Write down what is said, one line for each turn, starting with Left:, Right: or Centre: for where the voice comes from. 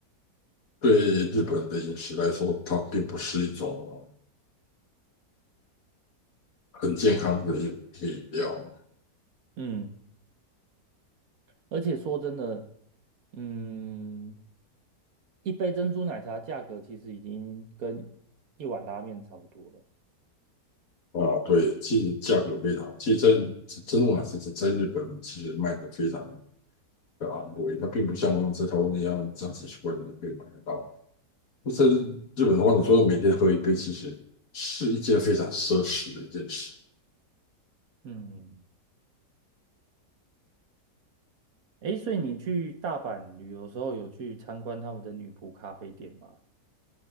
Left: 对日本的饮食来说，它并不是一种很健康的饮饮料
Right: 嗯，而且说真的，嗯。一杯珍珠奶茶价格其实已经跟一碗拉面差不多了。
Left: 啊。对，其实价格非常，其实在真珠奶其实在日本其实卖的非常的昂贵，它并不像在台湾那样三十几块钱就可以买得到。那在日本的话，
Right: 对，
Left: 你说每天喝一杯，其实是一件非常奢侈的一件事。
Right: 嗯，诶，所以你去大阪旅游的时候有去参观他们的女仆咖啡店吗？